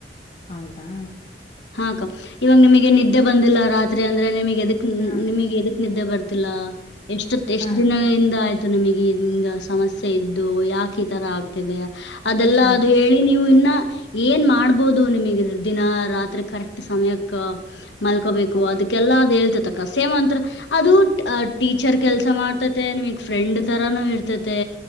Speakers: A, on the left (about 40°); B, on the left (about 80°).
A: ಹೌದಾ
B: ಹಾಕ ಇವಾಗ ನಿಮಗೆ ನಿದ್ದೆ ಬಂದಿಲ್ಲ ರಾತ್ರಿ ಅಂದ್ರೆ ನಿಮಗೆ
A: ಹಾ
B: ನಿಮಗೆ ಎಕ್ಕೆ ನಿದ್ದೆ ಬರ್ತ <inaudible> ಎಷ್ಟ ಎಷ್ಟ್
A: ಹಾ
B: ದಿನಗಳಿಂದ ಆಯ್ತು ನಿಮಗೆ ಹಂಗ ಸಮಸ್ಯೆ ಇದ್ದು ಯಾಕೆ ಈ ತರ ಆಗ್ತಿದೆ ಅದೆಲ್ಲಾ
A: ಹ್ಮ್
B: ಅದು ಹೇಳಿ ನೀವು ಇನ್ನ ಏನ್ ಮಾಡ್ಬೋದು ನಿಮಗೆ ದಿನ ರಾತ್ರಿ ಅ ಕರೆಕ್ಟ್ ಸಮಯಕ್ಕಾ ಮಲ್ಕೋಬೇಕು
A: ಹ
B: ಅದಕ್ಕೆಲ್ಲ ಅದು ಹೇಳ್ತ ಕಸೇಮ ಅಂಂತರ ಅದು ಟೀಚರ್ ಕೆಲ್ಸ ಮಾಡ್ತತೆ ನಿಮಗ್ ಫ್ರೆಂಡ್ ತರಾನು ಇರ್ತತೆ